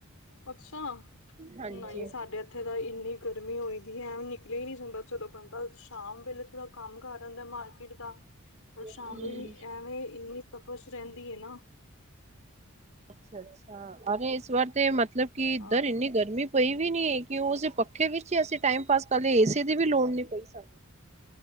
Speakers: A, on the left (about 70°); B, on the right (about 30°).
A: ਅੱਛਾ
B: ਹਾਂਜੀ
A: ਨਈਂ ਸਾਡੇ ਥ ਇੱਥੇ ਤਾਂ ਇੰਨੀ ਗਰਮੀ ਹੋਈ ਦੀ ਐ, ਨਿਕਲਿਆ ਈ ਨਈਂ ਜਾਂਦਾ, ਚਲੋ ਬੰਦਾ ਸ਼ਾਮ ਵੇਲੇ ਥੋੜਾ ਕੰਮ ਕਰ ਆਂਦਾ ਮਾਰਕੀਟ ਦਾ। ਪਰ ਸ਼ਾਮੀ
B: ਹੂੰ
A: ਵੀ ਐਵੇਂ ਇੰਨੀ ਤਪਸ਼ ਰਹਿੰਦੀ ਐਨਾ
B: ਅੱਛਾ, ਅਰੇ ਇਸ ਵਾਰ ਤੇ ਮਤਲਬ ਕਿ ਇੱਧਰ
A: ਹਾਂ
B: ਇੰਨੀ ਗਰਮੀ ਪਈ ਵੀ ਨੀ ਐ ਕਿ ਉਸਦੇ ਪੱਖੇ ਵਿੱਚ ਹੀ ਅਸੀਂ ਟਾਈਮ ਪਾਸ ਕਰ ਲਿਆ, ਏਸੀ ਦੀ ਵੀ ਲੋੜ ਨਈ ਪਈ ਸਾਨੂੰ।